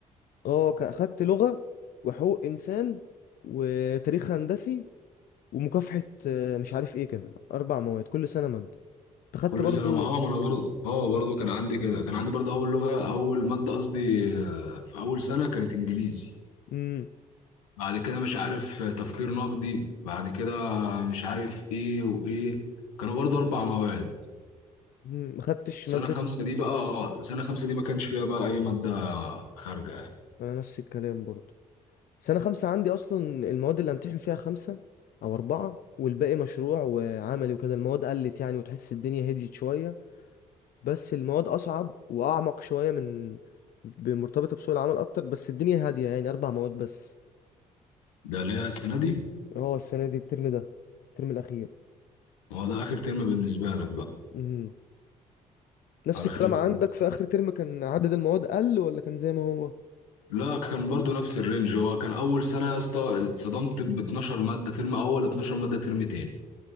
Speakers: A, on the left; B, on the left.
A: اه ك- خدت لغه وحقوق انسان وتاريخ هندسي ومكافحه آه، مش عارف ايه كده اربع مواد كل سنه ماده خدت
B: كل
A: برضو
B: سنه ما اه ما انا برضو اه برضو كان عندي كده كان عندي برضو اول لغه اول ماده قصدي آه، في اول سنه كانت انجليزي
A: امم
B: بعد كده مش عارف آه، تفكير نقدي بعد كده مش عارف ايه وايه كانوا برضو اربع مواد
A: ما خدتش
B: سنه
A: ماده
B: خمسه دي بقى آه، سنه خمسه دي ما كانش فيها بقى اي ماده خارجه
A: انا نفس الكلام برضو سنه خمسة عندي اصلا المواد اللي امتحن فيها خمسة او اربعة والباقي مشروع وعملي وكده المواد قلت يعني وتحس الدنيا هديت شويه بس المواد اصعب واعمق شويه من ب- مرتبطه بسوق العمل اكتر بس الدنيا هاديه يعني اربع مواد بس
B: ده ليه السنه دي
A: اه السنه دي الترم ده الترم الاخير
B: هو ده اخر ترم بالنسبه لك بقى
A: امم نفس
B: على
A: الكلام
B: خير
A: عندك في اخر ترم كان عدد المواد قل ولا كان زي ما هو
B: لا كان برضو نفس الرينج هو كان اول سنه يا اسطى اتصدمت ب 12 ماده ترم اول 12 ماده ترم تاني